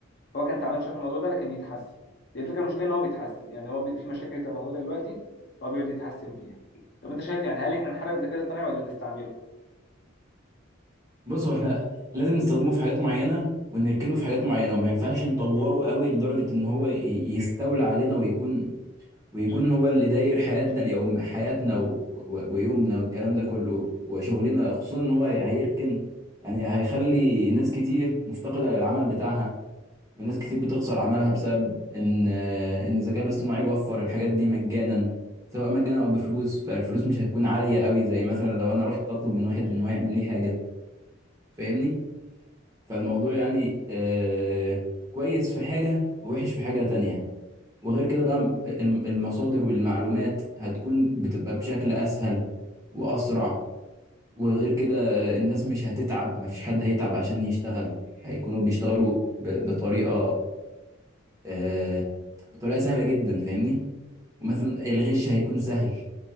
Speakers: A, on the left; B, on the right.
A: هو كان تعبان شويه في الموضوع ده لكن بيتحسن هي الفكره المشكله ان هو بيتحسن يعني هو بي... في مشاكل بتبقى موجوده دلوقتي هو بيقعد يتحسن فيها طب انت شايف يعني هل احنا نحارب الذكاء الاصطناعي ولا نستعمله
B: بص هو احنا لازم نستخدمه في حاجات معينة ونركنه في حاجات معينة وما ينفعش نطوره قوي لدرجة ان هو ي- يستولى علينا ويكون ويكون هو اللي داير حياتنا اليوم حياتنا و... و... ويومنا والكلام ده كله وشغلنا خصوصا ان هو هي- هيركن يعني هيخلي ناس كتير مفتقدة للعمل بتاعها وناس كتير بتخسر عملها بسبب ان ان الذكاء الاصطناعي وفر الحاجات دي مجانا سواء مجانا او بفلوس فالفلوس مش هتكون عالية قوي زي مثلا لو انا رحت اطلب من واحد ان هو يعمل لي حاجة فاهمني فالموضوع يعني آه كويس في حاجة ووحش في حاجة تانية وغير كده بقى م- الم- المصادر والمعلومات هتكون بتبقى بشكل أسهل وأسرع وغير كده آه، الناس مش هتتعب مفيش حد هيتعب عشان يشتغل هيكونوا بيشتغلوا ب- بطريقة آه بطريقة سهلة جدا فاهمني ومثلا الغش هيكون سهل